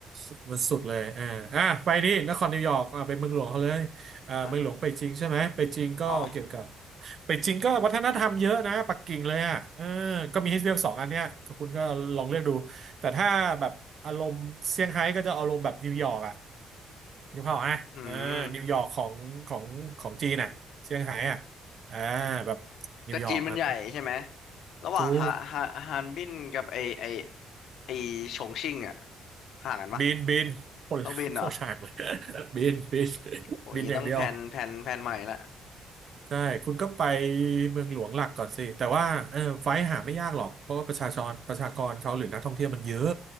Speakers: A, on the right; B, on the left.
A: สุดมันสุดเลยอ่าอ่ะไปดินครนิวยอร์กอ่ะไปเมืองหลวงเขาเลยอ่าเมืองหลวงไปจริงใช่ไหมไปจริงก็เกี่ยวกับ
B: ฮะอ๋อ
A: ไปจริงก็วัฒนธรรมเยอะนะปักกิ่งเลยอ่ะเออก็มีให้เลือกสองอันเนี้ยก็คุณก็ลองเลือกดูแต่ถ้าแบบอารมณ์เซี่ยงไฮ้ก็จะอารมณ์แบบนิวยอร์กอ่ะนิวเผาอ่ะเออนิวยอร์กของของของจีนอ่ะเซี่ยงไฮ้อ่ะ
B: อืม
A: อ่าแบบ
B: แต่จีนมันใหญ่ใช่ไหม
A: นิวยอร์กอ่ะ
B: ระหว่างฮาฮาฮานบินกับไอไอ
A: ถูก
B: ไอฉงชิ่งอะห่างกันปะ
A: บินบินคนโคตรห่างเลย
B: ต้องบินเหรอ
A: <laughs> บินบิน
B: โหอย่างงี้ต้องแพลนแพลนแพลนใหม่ละ
A: บินอย่างเดียวใช่คุณก็ไปเมืองหลวงหลักก่อนสิแต่ว่าเออไฟล์หาไม่ยากหรอกเพราะว่าประชาชนประชากรเขาหรือนักท่องเที่ยวมันเยอะ